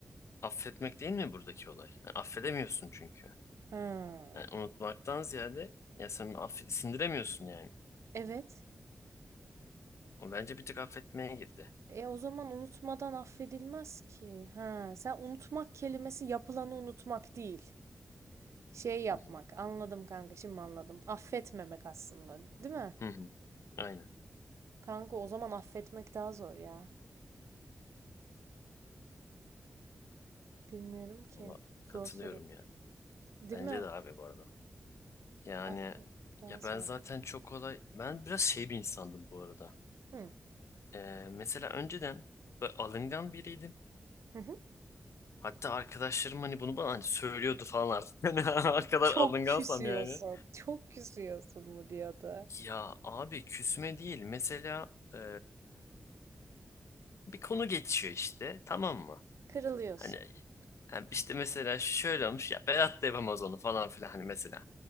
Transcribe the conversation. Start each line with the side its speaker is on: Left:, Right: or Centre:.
Left: Affetmek değil mi buradaki olay? Yani affedemiyorsun çünkü.
Right: Ha.
Left: Yani unutmaktan ziyade ya sen aff- sindiremiyorsun yani.
Right: Evet.
Left: O bence bir tık affetmeye girdi.
Right: E o zaman unutmadan affedilmez ki. Ha, sen unutmak kelimesi yapılanı unutmak değil. Şey yapmak.
Left: Hı hı.
Right: Anladım kanka, şimdi anladım. Affetmemek aslında, değil mi?
Left: Hı hı. Aynen.
Right: Kanka o zaman affetmek daha zor ya. Bilmiyorum ki.
Left: Valla
Right: Zor
Left: katılıyorum
Right: soru.
Left: ya.
Right: Değil
Left: Bence
Right: mi?
Left: de abi bu arada. Yani
Right: Affetmek daha
Left: ya
Right: zor.
Left: ben zaten çok kolay ben biraz şey bir insandım bu arada.
Right: Hı.
Left: Ee, mesela önceden böyle alıngan biriydim.
Right: Hı hı.
Left: Hatta arkadaşlarım hani bunu bana hani söylüyordu falan artık. <laughs> Hani o kadar
Right: Çok
Left: alıngansam
Right: küsüyorsun.
Left: yani.
Right: Çok küsüyorsun mu diyordu.
Left: Ya abi küsme değil. Mesela ee, bir konu geçiyor işte tamam mı?
Right: Kırılıyorsun.
Left: Hani Yani işte mesela şu şöyle olmuş ya Berat da yapamaz onu falan filan hani mesela.